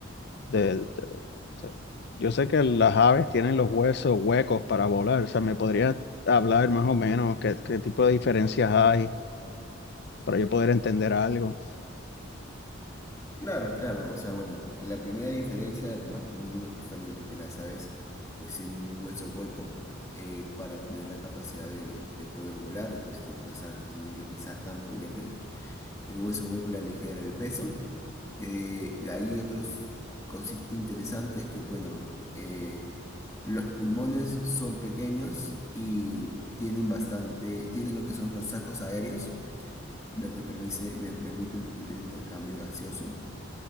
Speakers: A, on the left (about 55°); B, on the left (about 15°).
A: de, de- o sea, yo sé que las aves tienen los huesos huecos para volar, o sea, me podrías hablar más o menos qué, qué tipo de diferencias hay para yo poder entender algo.
B: Claro, claro, o sea, bueno, la primera diferencia, la más común, es justamente que las aves pues tienen un hueso hueco eh, para tener la capacidad de, de poder volar. Este, las aves no tienen que pesar tanto, ya que el hueso hueco, la ligera, el peso. Eh, hay otros cositas interesantes que, bueno, eh, los pulmones son pequeños y tienen bastante, tienen lo que son los sacos aéreos, lo que permite, me permite un poquito el intercambio gaseoso.